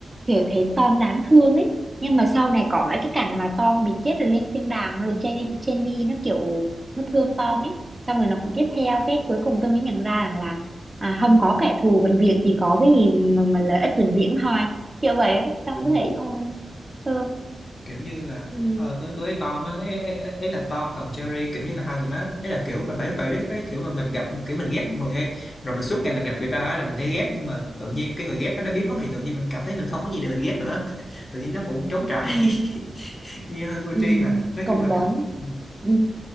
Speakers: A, on the right (about 20°); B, on the left (about 40°).
A: kiểu thấy Tom đáng thương ấy nhưng mà sau này có lại cái cảnh mà Tom bị chết rồi lên thiên đàng rồi Jenny, Jenny nó kiểu nó thương Tom ấy xong rồi nó cũng tiếp theo cái cuối cùng tôi mới nhận ra rằng là à, không có kẻ thù vĩnh viễn chỉ có cái gì mà, mà lợi ích vĩnh viễn thôi kiểu vậy á xong
B: Ừ.
A: tôi thấy ôi thương
B: kiểu như là
A: ừ
B: ờ, tôi tôi với Tom á ấy, ấy, ấy là Tom còn Jerry kiểu như là hai người nó ấy là kiểu bạn bà bà biết cái kiểu mà mình gặp kiểu mình ghét người hay rồi mình suốt ngày mình gặp người ta á, là mình thấy ghét nhưng mà tự nhiên cái người ghét nó đã biến mất thì tự nhiên mình cảm thấy mình không có gì để mình ghét nữa <laughs> tự nhiên nó cũng trống trải
A: ừ
B: <laughs> nghe hơi vô
A: ừ,
B: tri mà nói
A: cộng
B: chung là
A: đồng
B: cảm ừ,
A: ừ,